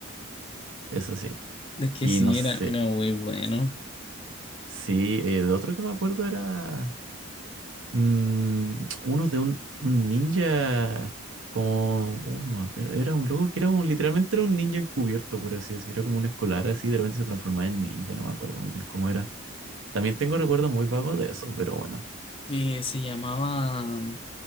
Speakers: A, on the right; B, on the left.
A: Eso sí.
B: Es que
A: Y
B: sí,
A: no sé.
B: era, era muy bueno.
A: Sí, eh, de otro que me acuerdo era. Mm, uno de un, un ninja, como uno, me acuerdo, era un loco que era un, literalmente era un ninja encubierto, por así decirlo, era como un escolar así, de repente se transformaba en ninja, no me acuerdo muy bien cómo era. También tengo recuerdos muy vagos de eso, pero bueno,
B: Que se llamaba mm,